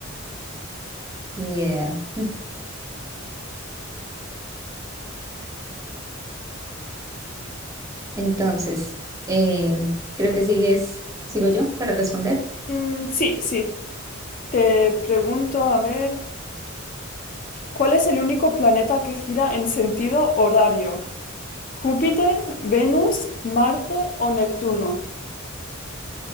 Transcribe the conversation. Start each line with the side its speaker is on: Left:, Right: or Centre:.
Right: ni idea. <laughs> Entonces, eh, creo que sigues, sigo yo para responder.
Left: Mm, sí, sí. Te pregunto, a ver, ¿cuál es el único planeta que gira en sentido horario? ¿Júpiter, Venus, Marte o Neptuno?